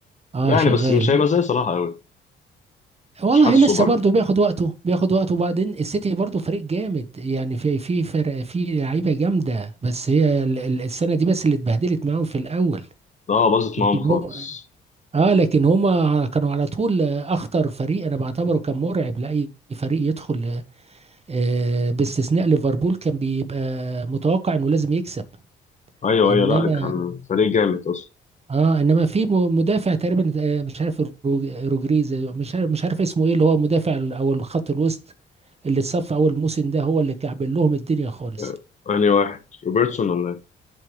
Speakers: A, on the right; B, on the left.
A: اه
B: يعني
A: شغال
B: بس مش هيبقى زي صلاح قوي
A: والله
B: مش حاسه
A: لسه
B: برضه
A: برضه بياخد وقته بياخد وقته وبعدين السيتي برضه فريق جامد يعني في في فرق في لعيبه جامده بس هي ال- ال- السنه دي بس اللي اتبهدلت معاهم في الاول
B: اه باظت معاهم
A: لكن
B: خالص
A: هو اه لكن هما كانوا على طول آه، اخطر فريق انا بعتبره كان مرعب لاي فريق يدخل آه باستثناء ليفربول كان بيبقى متوقع انه لازم يكسب
B: ايوه
A: انما
B: ايوه لا كان فريق جامد اصلا
A: اه انما في م- مدافع تقريبا آه، مش عارف روج- روجريز مش عارف مش عارف اسمه ايه اللي هو مدافع ال- او الخط الوسط اللي اتصف اول موسم ده هو اللي كعبل لهم الدنيا خالص
B: آه، انهي واحد روبرتسون ولا ايه